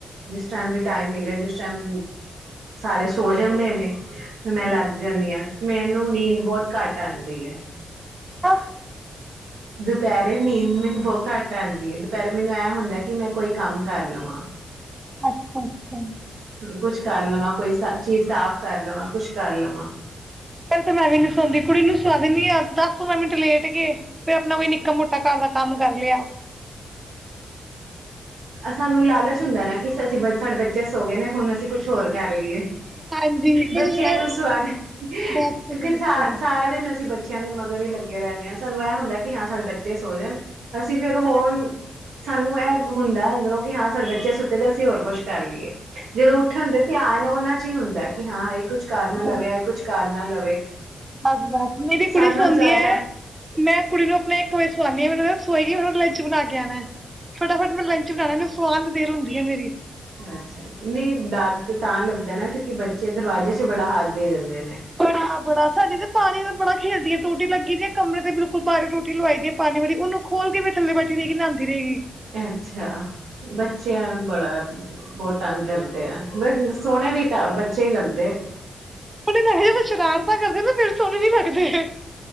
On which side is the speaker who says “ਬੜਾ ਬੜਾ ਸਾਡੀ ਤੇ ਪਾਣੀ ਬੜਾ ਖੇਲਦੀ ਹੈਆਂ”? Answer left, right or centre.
Right